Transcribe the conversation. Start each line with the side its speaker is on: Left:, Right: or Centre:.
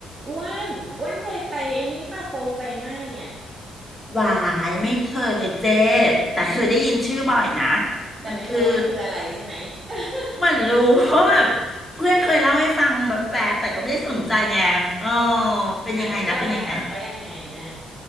Right: อ้วนอ้วนเคยไปไอ้นี่ป่ะโปรไฟไหม้อ่ะ
Left: หวายไม่เคยเลยเจ๊แต่เคยได้ยินชื่อบ่อยนะ
Right: แต่ไม่รู้ว่ามันคืออะไรใช่ไหม
Left: มันคือ
Right: <laughs>
Left: เหมือนรู้เพราะแบบเพื่อนเคยเล่าให้ฟังแบบแบบแต่ก็ไม่ได้สนใจไงเออเป็นยังไงนะเป็นยังไง
Right: ไหนเพื่อนเล่าให้ฟังว่ายังไงอ่ะ